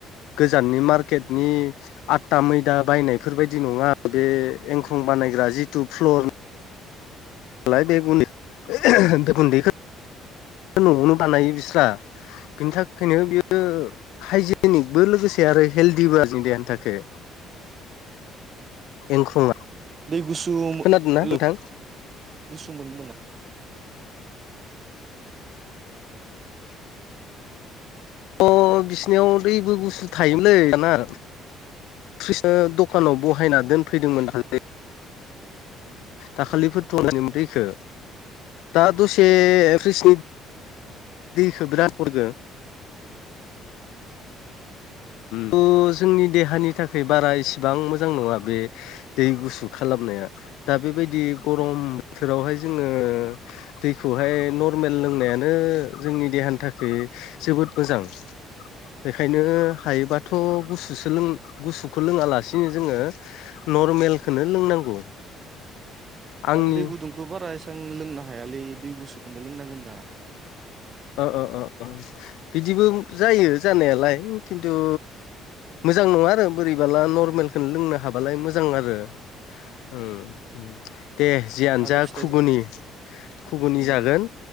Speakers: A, on the left (about 85°); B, on the right (about 30°).
A: गोजाननि मार्केटनि आतटा मैदा बायनायफोर बायदि नङा बे एंख्रं बानायग्रा जिथु फ्लर लाय बे गुनदै बे गुनदैखौ न'आवनो बानायो बिस्रा बिनि थाखायनो बियो हाइजेनिकबो लोगोसे आरो हेल्दिबो आरो देहानि थाखाय एंख्रंआ
B: दै गुसु
A: खोनादोंना
B: लों
A: नोंथां
B: गुसु मोन मोना
A: अ बिसिनियाव दैबो गुसु थायोमोनलै दाना फ्रिस दखानाव बहायना दोनफैदोंमोन दाख्लै दाखालिफोरथ' दैखौ दा दसे फ्रिजनि
B: औ
A: दैखौ बिराद हरदो थ' जोंनि देहानि थाखाय बारा इसिबां मोजां नङा बे दै गुसु खालामनाया दा बेबायदि गरम बोथोरावहाय जोङो दैखौहाय नर्मेल लोंनायानो जोंनि देहानि थाखाय जोबोद मोजां बेखायनो हायोबाथ' गुसुसो गुसुखौ लोङालासिनो जोङो नर्मेलखौनो लोंनांगौ आंनि
B: आं दै गुदुंखौ बारा एसेबां लोंनो हायालै दै गुसुखौनो लोंनांगोनदां
A: अ अ अ बिदिबो जायो जानायालाय खिनथु मोजां नङा आरो बोरैबाला नरमेलखौनो लोंनो हाबालाय मोजां आरो ओम
B: उम
A: दे जियानो
B: आरो
A: जाा
B: फिथाइ
A: खुुगुनि खुगुनि
B: उम
A: जागोन